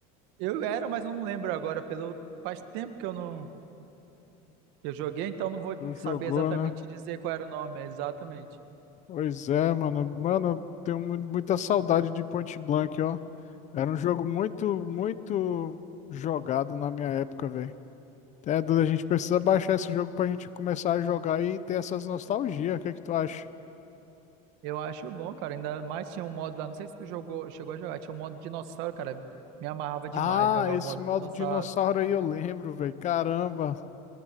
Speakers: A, on the right (about 70°); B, on the left (about 40°).
A: eu era, mas eu não lembro agora, pelo faz tempo que eu não eu joguei, então não vou
B: Tu
A: saber
B: jogou,
A: exatamente
B: né?
A: te dizer qual era o nome, exatamente.
B: Pois é, mano. Mano, tenho mu- muita saudade de Point Blank, ó. Era um jogo muito, muito jogado na minha época, velho. É, Duda, a gente precisa baixar esse jogo pra gente começar a jogar e ter essas nostalgias. O que é que tu acha?
A: Eu acho bom, cara. Ainda mais tinha um modo lá, não sei se tu jogou, chegou a jogar, tinha um modo dinossauro, cara. Me amarrava
B: Ah,
A: demais jogar
B: esse
A: o modo
B: modo
A: dinossauro.
B: dinossauro aí eu lembro, velho. Caramba,